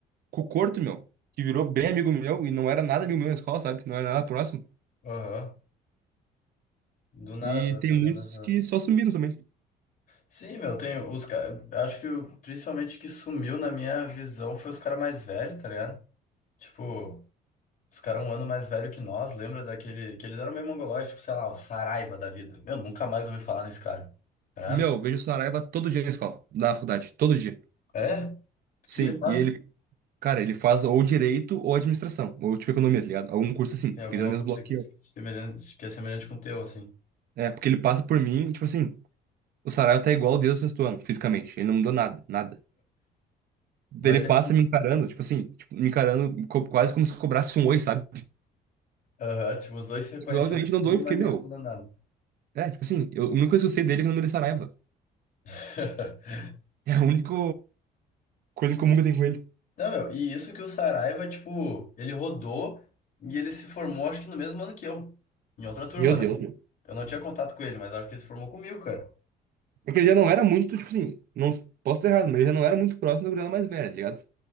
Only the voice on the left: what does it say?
Aham. Do nada
tô
fazendo
essas.
Sim, meu, tenho os caras. Acho que o- principalmente que sumiu na minha visão foi os caras mais velhos, tá ligado? Tipo, os caras um ano mais velho que nós, lembra daquele. Que eles eram meio mongolóides, tipo, sei lá, o Saraiva da vida. Meu, nunca mais ouvi falar nesse cara. Tá ligado?
É? O
que ele faz?
Tem
alguma
coisa
que é semelhante, que é semelhante com o teu, assim.
Mas
é.
Aham, tipo, os dois se reconhecendo,
pô,
mas
nenhum falando nada.
<laughs>
Não, meu, e isso que o Saraiva, tipo, ele rodou e ele se formou, acho que no mesmo ano que eu, em outra turma,
né?
Eu não tinha contato com ele, mas acho que ele se formou comigo, cara.